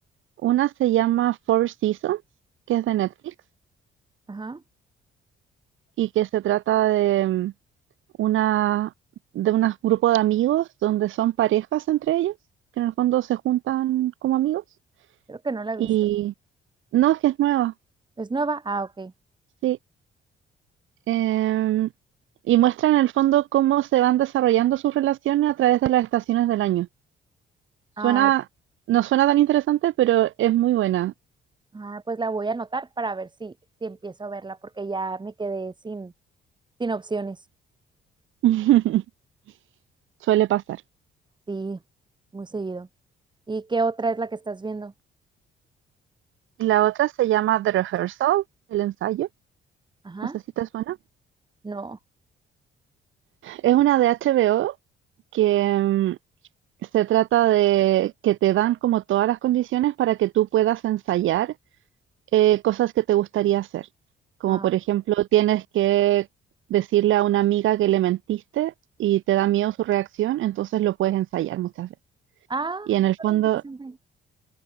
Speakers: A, on the right; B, on the right.
A: Una se llama Four Seasons, que es de Netflix,
B: Ajá.
A: y que se trata de mm, una, de un grupo de amigos donde son parejas entre ellos, que en el fondo se juntan como amigos.
B: Creo que no la he visto.
A: Y no, es que es nueva.
B: ¿Es nueva? Ah, ok.
A: Sí, Em, y muestra en el fondo cómo se van desarrollando sus relaciones a través de las estaciones del año.
B: Ah,
A: Suena,
B: ok.
A: no suena tan interesante, pero es muy buena.
B: Ah, pues la voy a anotar para ver si, si empiezo a verla, porque ya me quedé sin, Sin opciones.
A: <laughs> Suele pasar.
B: Sí, muy seguido. ¿Y qué otra es la que estás viendo?
A: La otra se llama The Rehearsal, el ensayo.
B: Ajá.
A: No sé si te suena.
B: No.
A: Es una de HBO que mm, se trata de que te dan como todas las condiciones para que tú puedas ensayar eh, cosas que te gustaría hacer. Como
B: Ah,
A: por ejemplo, tienes que decirle a una amiga que le mentiste y te da miedo su reacción, entonces lo puedes ensayar muchas veces.
B: ah,
A: Y en el
B: está
A: fondo,
B: muy interesante.